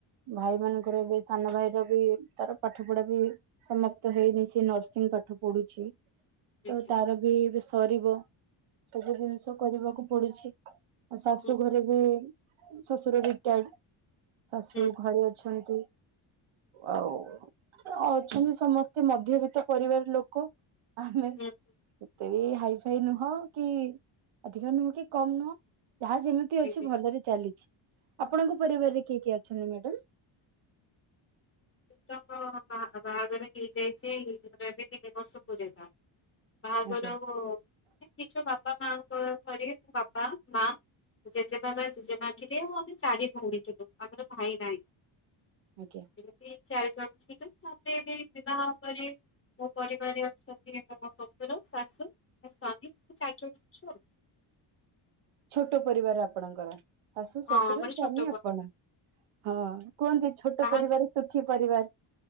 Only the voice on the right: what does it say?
ଭାଇଭଉଣୀଙ୍କର ବି, ସାନ ଭାଇର ବି, ତାର ପାଠ ପଢା ବି ସମାପ୍ତ ହେଇନି, ସେ ନର୍ସିଂ ପାଠ ପଢୁଚି,
ତ ତାର ବିଏ ଏବେ ସରିବ, ସବୁ ଜିନିଷ କରିବାକୁ ପଡୁଚି। ମୋ ଶାଶୁ
ଘରେ ବି, ଶଶୁର ରିଟାୟର୍ଡ। ଶାଶୁ
ଘରେ ଅଛନ୍ତି, ଆଉ ଅଛନ୍ତି ସମସ୍ତେ, ମଧ୍ୟବିତ୍ତ ପରିବାର ଲୋକ। ଆମେ,
ଏତେ ବି ହାଇ ଫାଇ ନୁହଁ କି ଅଧିକ ନୁହଁ କି? କମ୍ ନୁହଁ, ଯାହା ଯେମିତି ଅଛି
ଭଲରେ ଚାଲିଚି। ଆପଣଙ୍କ ପରିବାରରେ କିଏ କିଏ ଅଛନ୍ତି ମ୍ୟାଡାମ।
ଆଜ୍ଞା
ଆଜ୍ଞା।
ଛୋଟ ପରିବାର ଆପଣଙ୍କର? ଶାଶୁ
ଶଶୁର,
ସ୍ଵାମୀ,
ଆପଣ,
ହଁ କୁହନ୍ତି ଛୋଟ
ପରିବାର ସୁଖୀ ପରିବାର।